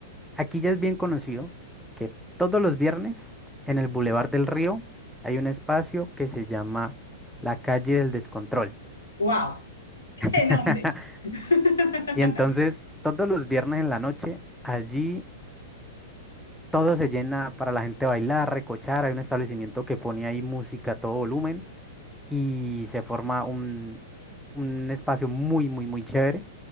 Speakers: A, in the centre; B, on the left.
A: Aquí ya es bien conocido que todos los viernes en el Boulevard del Río hay un espacio que se llama la calle del descontrol.
B: ¡Wow! ¡Qué
A: <laughs>
B: nombre! <laughs>
A: Y entonces todos los viernes en la noche allí todo se llena para la gente bailar, recochar. Hay un establecimiento que pone ahí música a todo volumen y se forma un, un espacio muy, muy, muy chévere.